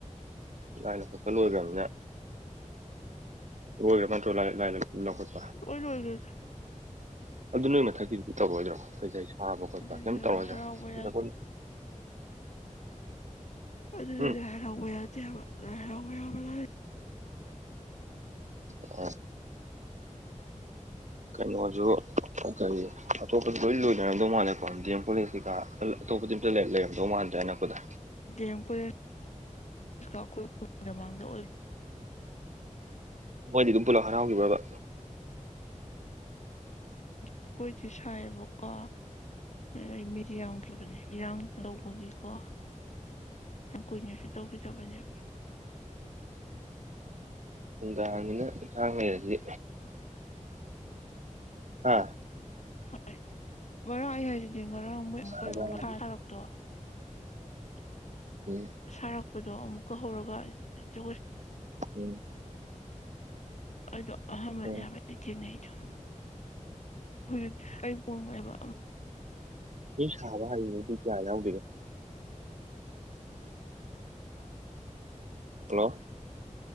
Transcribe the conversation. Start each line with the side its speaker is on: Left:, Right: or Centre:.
Right: ꯂꯥꯏꯅ ꯈꯣꯠꯄ ꯂꯣꯏꯈ꯭ꯔꯕꯅꯦ ꯂꯣꯏꯈ꯭ꯔꯕ ꯅꯠꯇ꯭ꯔꯣ ꯂꯥꯏ ꯂꯧꯈꯠꯄ
Left: ꯑꯣꯏꯅ ꯑꯣꯏꯗ
Right: ꯑꯗꯨ ꯅꯣꯏꯒꯤ ꯃꯊꯛꯀꯤꯗꯤ ꯇꯧꯔꯣꯏꯗ꯭ꯔꯣ ꯀꯩꯀꯩ ꯁꯥꯕ ꯈꯣꯠꯄ
Left: ꯑꯗꯨꯗꯤ
Right: ꯀꯩꯝꯇ ꯇꯧꯔꯣꯏꯗ꯭ꯔꯥ
Left: ꯍꯔꯥꯎꯕ
Right: <inaudible>
Left: ꯌꯥꯗꯦ ꯑꯗꯨꯗꯤ
Right: ꯎꯝ
Left: ꯂꯥꯏ ꯍꯔꯥꯎꯕ ꯌꯥꯗꯦꯕ ꯂꯥꯏ ꯍꯔꯥꯎꯕ ꯌꯥꯕ ꯂ
Right: ꯑꯣ ꯀꯩꯅꯣꯁꯨ ꯀꯔꯤ ꯑꯇꯣꯞꯄꯗ ꯂꯣꯏ ꯂꯣꯏꯅꯔꯝꯗꯧ ꯃꯥꯜꯂꯦꯀꯣ ꯗꯤ ꯑꯦꯝ ꯀꯣꯂꯦꯖ ꯀꯩꯀꯥ ꯑꯇꯣꯄ ꯂꯩꯔꯝꯗꯧ ꯃꯥꯟꯗꯦꯅꯛꯄꯗ
Left: ꯦꯝ ꯀꯣꯂꯖꯣꯏꯥꯡꯗ ꯑꯣꯏ
Right: ꯃꯣꯏꯗꯤ ꯑꯗꯨꯝ ꯄꯨꯂꯞ ꯍꯔꯥꯎꯈꯤꯕ꯭ꯔꯕ
Left: ꯖꯈꯣꯏꯁꯦ ꯁꯥꯏꯑꯕꯀꯣ ꯑ ꯑꯩ ꯃꯤꯗꯤ ꯌꯥꯝꯈꯤꯕꯅꯤ ꯏꯔꯥꯡꯗꯨ ꯇꯧꯕꯒꯤꯀꯣ ꯌꯥꯝ ꯀꯨꯏꯅ ꯆꯧꯀꯤ ꯆꯧꯄꯟꯖ
Right: ꯑ ꯍꯥꯟꯅꯤꯅ ꯏꯟꯁꯥꯡꯉꯩꯔꯗꯤ ꯑꯥ
Left: ꯍꯣꯏ ꯕꯔꯥ ꯑꯩ ꯍꯥꯏꯖꯗꯤ ꯉꯔꯥꯡ ꯑꯃꯩ ꯑꯃꯨꯛꯀꯥꯔꯛꯇꯣ
Right: ꯅꯨꯡꯗꯥꯡ ꯎꯝ
Left: ꯁꯥꯔꯛꯄꯗꯣ ꯑꯃꯨꯛꯀ ꯍꯧꯔꯒ ꯒꯣꯏ
Right: ꯎꯝ
Left: ꯑꯗꯨꯗꯣ ꯑꯍꯥꯟꯕꯅꯦ
Right: ꯎꯝ
Left: ꯍꯥꯏꯕ ꯏꯆꯦꯟꯅꯩꯗꯣ ꯍꯧꯖꯤꯛꯇ ꯑꯩ ꯄꯉꯥꯏꯕ
Right: ꯃꯤ ꯁꯥꯕ ꯍꯩꯕꯗꯤ ꯀꯌꯥ ꯌꯥꯎꯗꯗꯣ ꯍꯜꯂꯣ